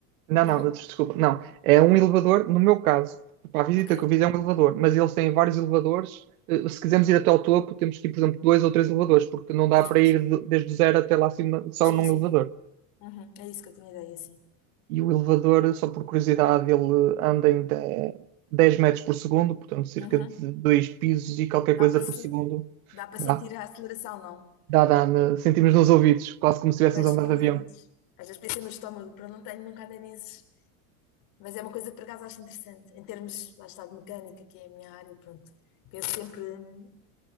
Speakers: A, on the right; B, on the left.
A: Não,
B: Não?
A: não, desculpa. Não. É um elevador, no meu caso, para a visita
B: Ok.
A: que eu fiz é um elevador, mas eles têm vários elevadores. Eh, Se quisermos ir até ao topo, temos que ir, por exemplo, dois ou três elevadores, porque não dá
B: Pois,
A: para
B: pois.
A: ir de- desde o zero até lá acima só
B: Sim,
A: num
B: sim.
A: elevador.
B: Uhum. É isso que eu tinha ideia, sim.
A: e o elevador, só por curiosidade, ele anda em de- 10 metros por segundo, portanto, cerca
B: Uhum.
A: de dois pisos e qualquer
B: Dá
A: coisa
B: para
A: por
B: se...
A: segundo.
B: Dá para
A: Dá,
B: sentir a aceleração, não?
A: dá, dá, né? sentimos nos ouvidos, quase como se estivéssemos
B: Mas
A: a andar
B: estamos
A: de avião.
B: unidos. Às vezes pensei no estômago, porque não tenho, nunca andei nesses. Mas é uma coisa que por acaso acho interessante. Em termos, lá está, de mecânica, que é a minha área, pronto. Penso sempre hum,